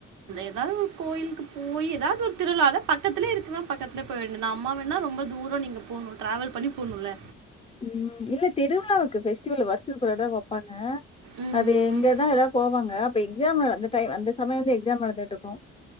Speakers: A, on the right (about 80°); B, on the left (about 20°).
A: ஏதாவது ஒரு கோயிலுக்கு போய் ஏதாவது ஒரு திருவிழா பக் பக்கத்துல இருக்குன்னா பக்கத்துல போய் அம்மா வேணா ரொம்ப தூரம் நீங்க போகும் ட்ராவல் பண்ணி போணுல
B: ம் இல்ல திருவிழாக்கு பெஸ்டிவல் வருஷத்துக்கு ஒரு தடவ தான் வப்பாங்க
A: ம்
B: அது எங்கதான் எல்லாரும் போவாங்க அப்ப எக்ஸாம் அந்த டைம் அந்த சமயம் வந்து எக்ஸாம் நடந்துட்டு இருக்கும்